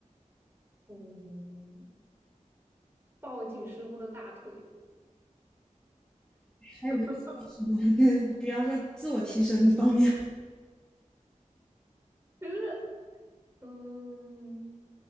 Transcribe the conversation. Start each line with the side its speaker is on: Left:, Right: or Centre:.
Right: 嗯，抱紧师傅的大腿。
Centre: 还有别的方式吗？
Right: <laughs>
Centre: <laughs> 比方说自我提升方面。
Right: 可是，嗯，